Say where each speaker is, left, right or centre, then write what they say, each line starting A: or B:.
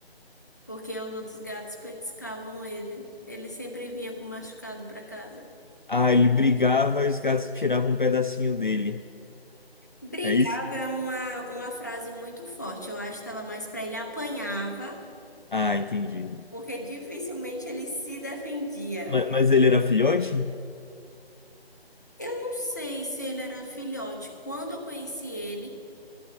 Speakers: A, on the left; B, on the left.
A: porque os outros gatos petiscavam ele. Ele sempre vinha com machucado pra casa.
B: Ah, ele brigava e os gatos tiravam um pedacinho dele.
A: Brigava
B: É isso?
A: é uma, uma frase muito forte. Eu acho que estava mais para ele apanhava,
B: Ah, entendi.
A: porque dificilmente ele se defendia.
B: Ma- Mas, ele era filhote?
A: Eu não sei se ele era filhote. Quando eu conheci ele,